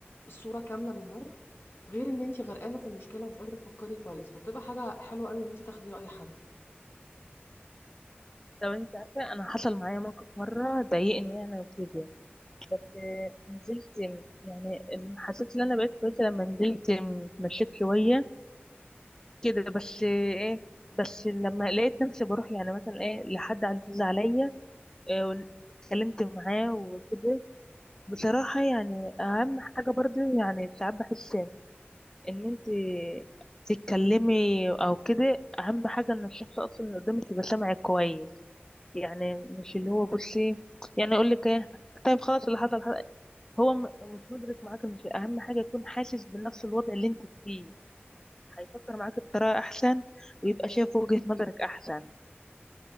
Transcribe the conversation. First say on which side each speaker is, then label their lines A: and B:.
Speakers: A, on the left (about 60°); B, on the left (about 15°).
A: الصوره كامله من بره غير ان انت غرقانه في المشكله ومش قادره تفكري كويس فبتبقى حاجه حلوه قوي ان انت تاخدي راي حد
B: لو انت عارفه انا حصل معايا موقف مره ضايقني يعني وكده آه، نزلت يعني حسيت ان انا بقيت كويسه لما نزلت اتمشيت شويه كده بس ايه بس لما لقيت نفسي بروح يعني مثلا ايه لحد عزيز عليا إيه، ون- اتكلمت معاه وكده بصراحة يعني أهم حاجة برضو يعني ساعات بحس إن أنت تتكلمي أو كده أهم حاجة إن الشخص أصلا اللي قدامك يبقى سامعك كويس يعني مش اللي هو بصي يعني أقول لك إيه طيب خلاص اللي حصل حصل. هو م- مش مدرك معاك مش أهم حاجة يكون حاسس بنفس الوضع اللي أنت فيه هيفكر معاك بطريقة أحسن ويبقى شايف وجهة نظرك أحسن